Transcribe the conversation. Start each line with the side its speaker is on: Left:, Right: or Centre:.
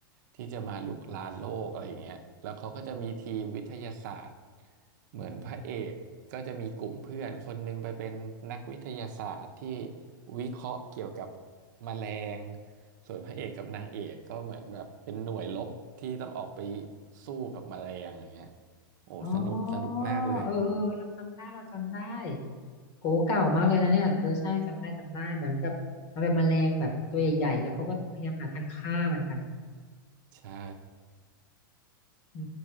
Right: ที่จะมารุกรานโลกอะไรอย่างเงี้ยแล้วเขาก็จะมีทีมวิทยาศาสตร์เหมือนพระเอกก็จะมีกลุ่มเพื่อนคนหนึงไปเป็นนักวิทยาศาสตร์ที่วิเคราะห์เกี่ยวกับแมลงส่วนพระเอกกับนางเอกก็เหมือนแบบเป็นหน่วยรบที่ต้องออกไปสู้กับแมลงอย่างเงี้ยโอ้สนุกสนุกมากเลย
Left: อ๋อเออเออเออเราจำได้เราจำได้โอ้เก่ามากเลยนะเนี่ยเออใช่จำได้จำได้เหมือนกับมันเป็นแมลงแบบตัวใหญ่ๆแล้วเขาก็พยายามหาทางฆ่ามันกัน
Right: ใช่
Left: อื